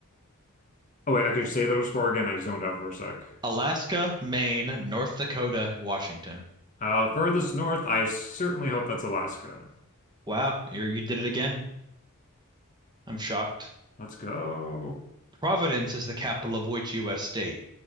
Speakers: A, on the left; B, on the right.
A: Oh wait, I could say those four again. I zoned out for a sec.
B: Alaska, Maine, North Dakota, Washington.
A: Uh, furthest north, I certainly hope that's Alaska.
B: Wow, you're, you did it again. I'm shocked.
A: Let's go.
B: Providence is the capital of which U.S. state?